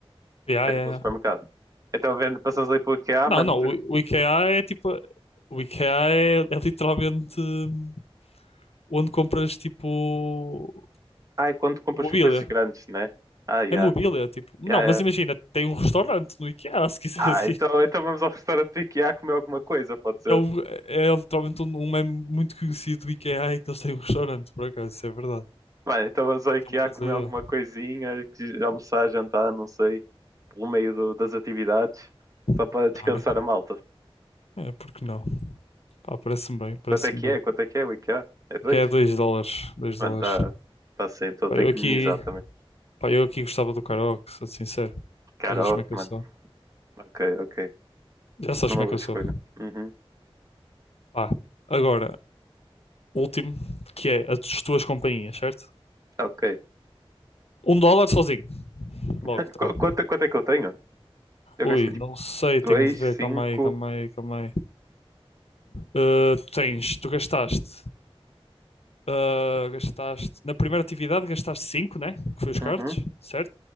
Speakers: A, on the left (about 80°); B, on the right (about 35°).
A: Yeah,
B: É
A: yeah,
B: tipo um supermercado.
A: yeah.
B: Então vendo, passamos ali pelo IKEA,
A: Não,
B: mano.
A: não, o, o IKEA é tipo. O IKEA é, é literalmente hum, onde compras tipo
B: Ai, quando compras
A: mobília.
B: coisas grandes, né? Ah, já.
A: É
B: Yeah.
A: mobília, tipo. Não,
B: Yeah,
A: mas imagina, tem um restaurante no IKEA, <laughs> se quiseres
B: Ah, então, então vamos ao restaurante do IKEA comer alguma coisa, pode ser?
A: É, o- é literalmente um um meme muito conhecido do IKEA é que eles têm um restaurante, por acaso, isso é verdade.
B: Mano, então vamos ao IKEA
A: É uma coisa
B: comer
A: aí,
B: alguma
A: ó.
B: coisinha, que- almoçar, jantar, não sei, pelo meio do- das atividades, só para
A: Porque
B: descansar
A: Não, né?
B: a malta.
A: É, porque não? Pá, parece-me bem, parece-me
B: Quanto é que
A: bem.
B: é? Quanto é que é o IKEA? É dois?
A: Que é 2 dólares, 2
B: Mano,
A: dólares.
B: tá, tá cedo, estou
A: Pá,
B: tenho
A: eu
B: que
A: aqui,
B: minimizar também.
A: pá, eu aqui gostava do karaoke, sou sincero.
B: Karaoke,
A: Já sabes como é que eu
B: mano.
A: sou.
B: Ok, ok.
A: Já sabes
B: Uma
A: como é
B: boa
A: que eu
B: escolha.
A: sou.
B: Uhum.
A: Pá, agora, último, que é as tuas companhias, certo?
B: Ok.
A: Um dólar sozinho.
B: <laughs>
A: Logo, tal.
B: Qu- Quanto, quanto é que eu tenho? Eu
A: Ui,
B: gastei tipo
A: não sei,
B: dois,
A: tenho de ver,
B: cinco.
A: calma aí, calma aí, calma aí. Ah, tens, tu gastaste Ah, gastaste, na primeira atividade gastaste cinco né? Que foi os cards,
B: Uhum.
A: certo?